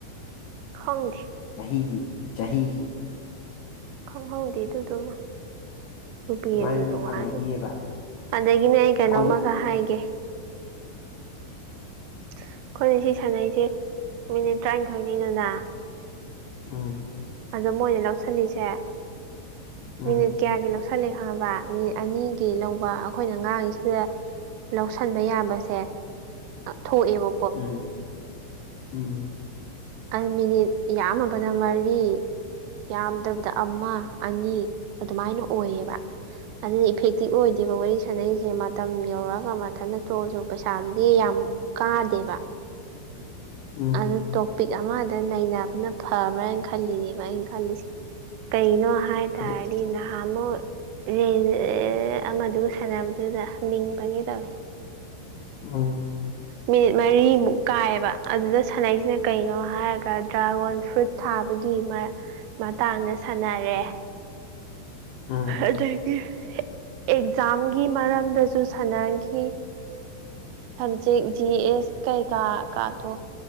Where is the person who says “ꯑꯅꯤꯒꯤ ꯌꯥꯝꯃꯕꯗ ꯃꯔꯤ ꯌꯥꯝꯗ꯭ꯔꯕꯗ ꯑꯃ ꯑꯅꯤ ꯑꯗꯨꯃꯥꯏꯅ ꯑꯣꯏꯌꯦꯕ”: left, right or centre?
Right